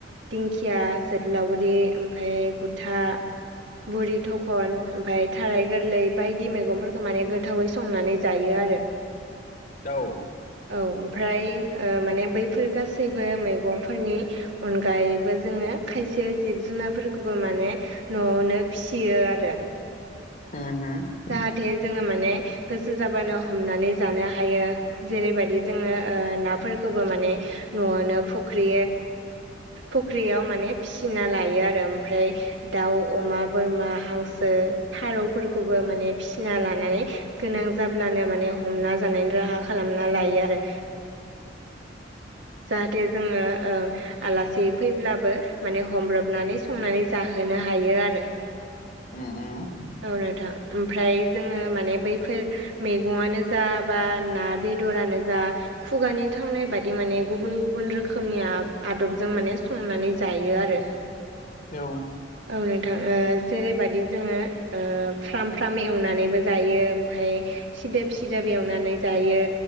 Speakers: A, on the right; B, on the left.
A: दिंखिया जोगलावरि ओमफ्राय गुथा बुरि थखन ओमफाय थाराय गोरलै बायदि मैगंफोरखौ माने गोथावै संनानै जायो आरो
B: औ
A: औ ओमफ्राय ओ माने बैफोर गासैबो मैगंफोरनि अनगायैबो जोङो खायसे जिब जुनारफोरखौबो माने न'आवनो फिसियो आरो
B: <unintelligible>
A: जाहाथे जोङो माने गोसो जाबानो हमनानै जानो हायो जेरैबायदि जोङो ओ नाफोरखौबो माने न'आवनो फख्रि फख्रियाव माने फिसिना लायो आरो ओमफ्राय दाउ अमा बोरमा हांसो फारौफोरखौबो माने फिसिना लानानै गोनां जाब्लानो माने हमना जानायनि राहा खालामना लायो आरो जाहाथे जोङो ओ आलासि फैब्लाबो माने हमब्रबनानै संनानै जाहोनो हायो आरो
B: ओम ओम
A: औ नोंथां ओमफ्राय जोङो माने बैफोर मैगंआनो जा बा ना बेदरानो जा खुगानि थावनाय बादि माने गुबुन गुबुन रोखोमनि आदबजों माने संनानै जायो आरो
B: औ
A: औ नोंथां ओ जेरैबादि जोङो फ्राम फ्राम एवनानैबो जायो ओमफ्राय सिदोब सिदोब एवनानै जायो